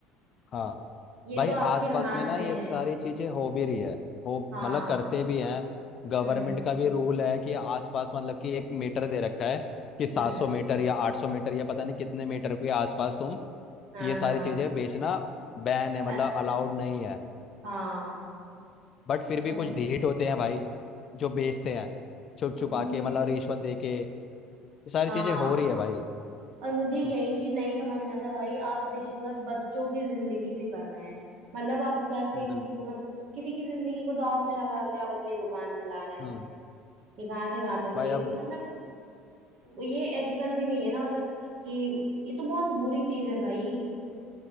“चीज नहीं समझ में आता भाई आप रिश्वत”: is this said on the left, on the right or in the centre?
Right